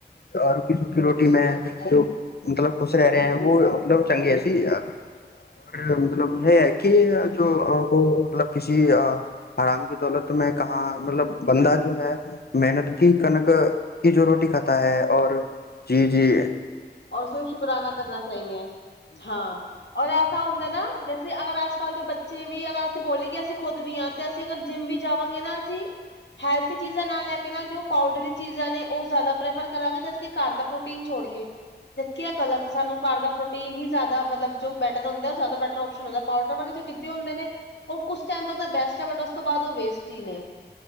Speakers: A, on the left (about 60°); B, on the left (about 80°).
A: ਰੁੱਖੀ ਸੁੱਖੀ ਰੋਟੀ ਮੈਂ ਜੋ ਮਤਲਬ ਖੁਸ਼ ਰਿਆ ਓ ਮਤਲਬ ਚੰਗੇ ਅਸੀ ਔਰ ਮਤਲਬ ਹੈ ਕਿ ਜੋ ਮਤਲਬ ਕਿਸੀ ਅ ਆਰਾਮ ਕੇ ਦੌਲਤ ਮੈਂ ਕਹਾਂ ਮਤਲਬ ਬੰਦਾ ਜੋ ਹੈ ਮੇਹਨਤ ਕੀ ਕਣਕ ਕੀ ਜੋ ਰੋਟੀ ਖਾਤਾ ਹੈ ਔਰ ਜੀ-ਜੀ
B: ਔਰ ਫਿਰ ਸ਼ੁਕਰਾਨਾ ਕਰਨਾ ਚਾਹੀਏ ਹਾਂ ਔਰ ਐਸਾ ਹੁੰਦਾ ਨਾ ਜੈਸੇ ਅਗਰ ਅੱਜ ਕੱਲ੍ਹ ਦੇ ਬੱਚੇ ਵੀ ਅਗਰ ਅਸੀਂ ਬੋਲੇ ਕਿ ਅਸੀਂ ਖੁਦ ਵੀ ਆ ਤੇ ਅਸੀਂ ਅਗਰ ਜਿੰਮ ਵੀ ਜਾਵਾਂਗੇ ਨਾ ਅਸੀ ਹੈਲਥ ਚੀਜ਼ਾਂ ਨਾਲ ਲੈ ਕੇ ਨਾ ਜੋ ਪਾਊਡਰ ਚੀਜ਼ਾਂ ਨੇ ਓਹ ਜ਼ਿਆਦਾ ਪ੍ਰੈਫਰ ਕਰਾਂਗੇ ਜਦ ਕੀ ਘਰ ਦਾ ਪ੍ਰੋਟੀਨ ਛੋੜ ਕੇ ਜਦਕਿ ਐ ਗਲਤ ਸਾਨੂੰ ਘਰ ਦਾ ਪ੍ਰੋਟੀਨ ਹੀ ਜ਼ਿਆਦਾ ਮਤਲਬ ਜੋ ਬੈਟਰ ਹੁੰਦਾ ਆ ਓ ਜ਼ਿਆਦਾ ਬੈਟਰ <unintelligible> ਪਾਊਡਰ ਵਾਲੇ ਜੋ ਡਿੱਬੇ ਹੁੰਦੇ ਨੇ ਓ ਕੁਸ ਤ ਬੈਸਟ ਐ ਬਟ ਉਸ ਤੋਂ ਬਾਦ ਓ ਵੇਸਟ ਈ ਨੇ